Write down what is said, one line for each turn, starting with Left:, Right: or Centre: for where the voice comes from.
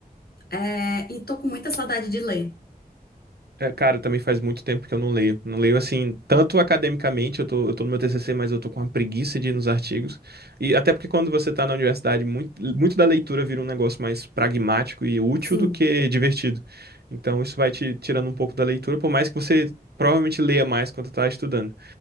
Left: É, e tô com muita saudade de ler.
Right: É, cara, também faz muito tempo que eu não leio. Não leio assim, tanto academicamente, eu tô, eu tô no meu TCC, mas eu tô com uma preguiça de ir nos artigos. E até porque quando você tá na universidade, muito, muito da leitura vira um negócio mais pragmático e útil
Left: Sim,
Right: do que divertido. Então isso vai te tirando um pouco da leitura, por mais que você provavelmente leia mais quando tá estudando.